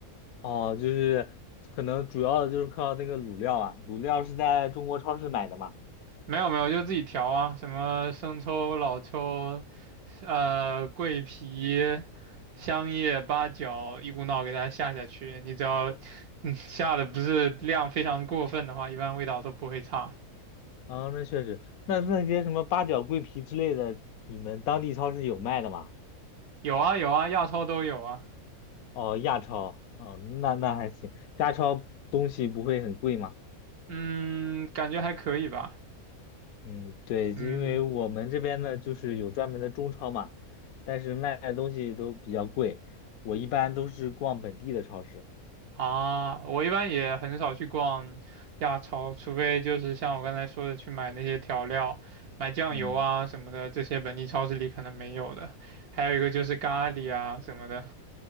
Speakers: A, on the left (about 75°); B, on the right (about 80°).
A: 哦，就是可能主要的就是靠那个卤料啊，卤料是在中国超市买的嘛。
B: 没有没有，就自己调啊，什么生抽、老抽，呃，桂皮、香叶、八角，一股脑给它下下去。你只要，嗯下的不是量非常过分的话，一般味道都不会差。
A: 啊，那确实，那那些什么八角、桂皮之类的，你们当地超市有卖的吗？
B: 有啊有啊，亚超都有啊。
A: 哦，亚超，哦，那那还行，亚超东西不会很贵吗？
B: 嗯，感觉还可以吧。
A: 嗯，对，
B: 嗯，
A: 因为我们这边呢，就是有专门的中超嘛，但是卖的东西都比较贵，我一般都是逛本地的超市。
B: 啊，我一般也很少去逛亚超，除非就是像我刚才说的去买那些调料，买酱油啊什么的，
A: 嗯。
B: 这些本地超市里可能没有的。还有一个就是咖喱啊什么的，